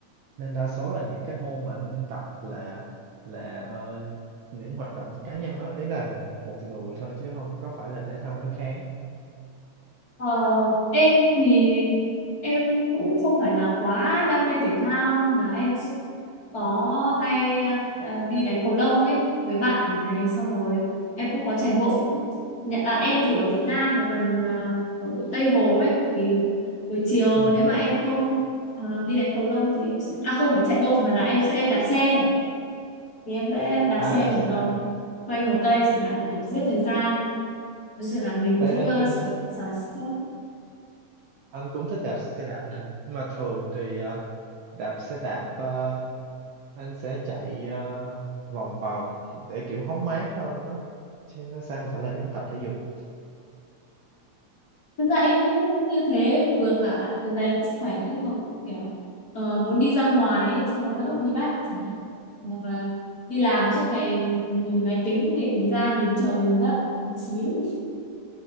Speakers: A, on the right (about 70°); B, on the left (about 35°).
A: nên đa số là những cái môn mà anh tập là là ờ, những hoạt động cá nhân đó ý là một người thôi chứ không có phải là thể thao đối kháng
B: Ờ, em thì em cũng không phải là quá đam mê thể thao nhưng mà em cũng có hay à, à, đi đánh cầu lông ấy với bạn này xong rồi em cũng có chạy bộ nữa. Nhà- à, em thì ở Việt Nam và gần à, ở Tây Hồ ấy thì buổi chiều
A: ừ.
B: nếu mà em không à, đi đánh cầu lông thì em sẽ à không phải chạy bộ mà là em sẽ đạp xe thì em sẽ đạp
A: à
B: xe
A: đạp xe
B: một vòng
A: đạp
B: quanh Hồ Tây chẳng hạn kiểu giết thời gian với sự là mình cũng
A: Ê, anh
B: uh,
A: cũng thích
B: xả stress
A: anh cũng thích đạp xe đạp nè nhưng mà thường thì ờ, đạp xe đạp ờ, anh sẽ chạy ờ, vòng vòng để kiểu hóng mát hơn đó chứ nó sẽ không phải là giống tập thể dục
B: Thực ra em cũng như thế vừa cả để rèn luyện sức khỏe nữa mà cũng kiểu ờ, muốn đi ra ngoài ấy, cho nó đỡ bí bách chẳng hạn hoặc là đi làm suốt ngày nhìn máy tính thì nhìn ra nhìn trời nhìn đất một xíu